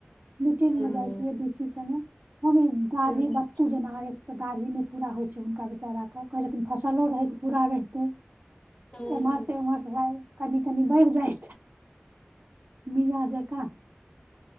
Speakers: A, on the right; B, on the left.
A: मीटिंग
B: हूँ
A: मे जायके यऽ डी सी संगे हम हुं दाढ़ी
B: हूँ
A: बत्तू जेना एक दाढ़ी नहि पूरा होइ छै हुनका बेचारा के कहै छथिन फ फसलो रह पूरा रहते
B: हूँ
A: एमहर से एमहर भाय कनि कनि बढ़ जाय मीया जकां